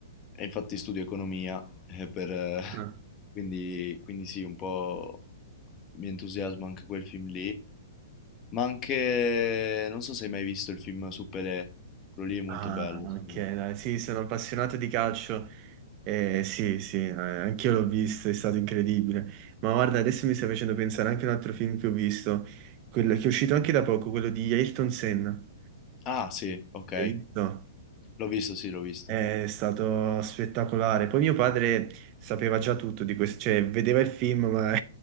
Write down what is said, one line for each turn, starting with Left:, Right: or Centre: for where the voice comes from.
Left: e infatti studio economia, eh, per, eh, <laughs>
Right: Ah.
Left: quindi, quindi sì, un po' mi entusiasma anche quel film lì, ma anche, non so se hai mai visto il film su Pelé, quello lì è molto
Right: Ah,
Left: bello,
Right: ok,
Left: secondo me.
Right: dai, sì, sono appassionato di calcio. Eh, sì, sì, eh, anch'io l'ho visto, è stato incredibile. Ma guarda, adesso mi stai facendo pensare anche a un altro film che ho visto, quello che è uscito anche da poco, quello di Ayrton Senna.
Left: Ah sì, ok,
Right: L'hai visto?
Left: l'ho visto, sì, l'ho visto.
Right: È stato spettacolare. Poi mio padre sapeva già tutto di questo, cioè vedeva il film, ma